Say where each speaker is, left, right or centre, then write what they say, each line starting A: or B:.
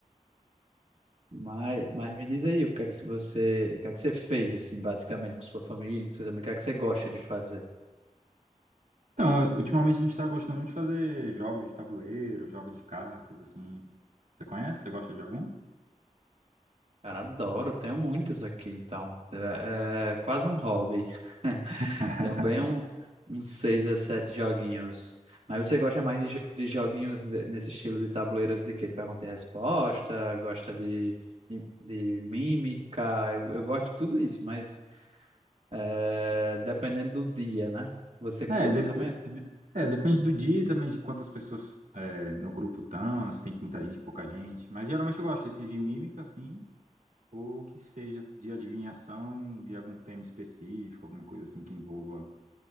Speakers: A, on the right; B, on the right.
A: Mas, mas me diz aí, o que é que se você, o que é que você fez assim, basicamente com sua família, com seus amigos, o que é que você gosta de fazer?
B: Então, ultimamente a gente tá gostando muito de fazer jogos de tabuleiro, jogos de cartas, assim. Você conhece? Você gosta de algum?
A: Cara, adoro, tenho muitos aqui, então. É, é quase um hobby. <laughs>
B: <laughs>
A: Tenho bem um, uns seis a sete joguinhos. Mas você gosta mais de, jo- de joguinhos de- nesse estilo de tabuleiros de quê? Pergunta e resposta, gosta de, de, de mímica, eu, eu gosto de tudo isso, mas é, dependendo do dia, né? Você curte
B: É, depois,
A: também?
B: é, depende do dia e também de quantas pessoas é, no grupo estão, se tem muita gente, pouca gente. Mas geralmente eu gosto desses de mímica, assim, ou que seja de adivinhação de algum tema específico, alguma coisa assim que envolva.